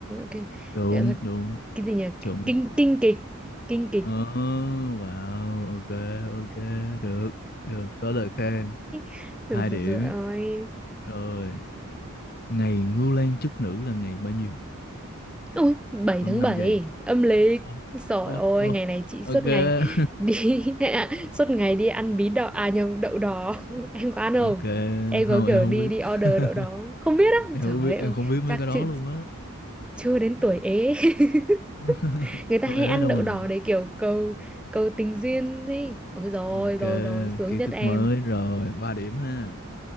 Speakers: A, in the centre; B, on the left (about 45°).
A: cái
B: đúng
A: gọi là
B: đúng
A: cái gì nhỉ
B: chuẩn
A: kinh kinh kịch kinh kịch
B: ờ wow ok ok được được có lời khen
A: <laughs>
B: hai điểm
A: rồi
B: rồi ngày Ngưu Lang chức nữ là ngày bao nhiêu
A: Ôi, 7
B: chỉ có
A: tháng
B: năm
A: 7
B: giây
A: âm lịch.
B: ô
A: Rồi
B: ô
A: ôi,
B: ô
A: ngày này chị
B: ok
A: suốt ngày
B: <laughs>
A: đi <laughs> suốt ngày đi ăn bí đỏ à nhầm đậu đỏ. <laughs> Em có ăn không?
B: ok
A: Em
B: không
A: có
B: em
A: kiểu
B: không
A: đi
B: biết
A: đi order
B: <laughs>
A: đậu đỏ. không? Không biết á.
B: em không biết
A: Trời
B: em
A: ơi,
B: không biết mấy
A: chắc
B: cái đó
A: chưa,
B: luôn á
A: chưa đến tuổi ế. <laughs>
B: <laughs>
A: Người ta
B: có
A: hay
B: ế
A: ăn
B: đâu
A: đậu
B: mà
A: đỏ để kiểu cầu cầu tình duyên đi. Ôi rồi,
B: ok
A: rồi rồi, sướng
B: kiến
A: nhất
B: thức
A: em.
B: mới rồi ba điểm ha